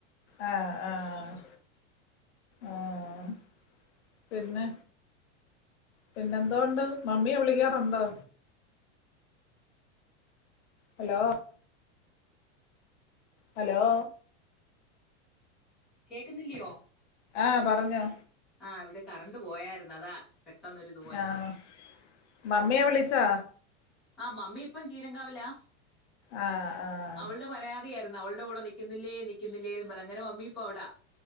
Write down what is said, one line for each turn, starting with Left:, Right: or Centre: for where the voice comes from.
Left: ആഹ് ആഹ് ആഹ് പിന്നെ പിന്നെ എന്തോണ്ട്, മമ്മിയെ വിളിക്കാറുണ്ടോ? Hello hello
Centre: കേക്കുന്നില്ലിയോ?
Left: ആഹ് പറഞ്ഞോ
Centre: ആഹ്, ഇവിടെ കറണ്ട് പോയായിരുന്നു അതാ പെട്ടെന്നൊരുദു
Left: ആഹ് മമ്മിയെ വിളിച്ചാ?
Centre: ആഹ് മമ്മി ഇപ്പം ചീരംകാവിലാ,
Left: ആഹ് ആഹ്
Centre: അവളുടെ പരാതിയാ ന്ന് അവളുടെ കൂടെ നിക്കുന്നില്ലേ നിക്കുന്നില്ലേന്ന് പറത്ത്, അങ്ങനെ മമ്മിപ്പോ അവിടാ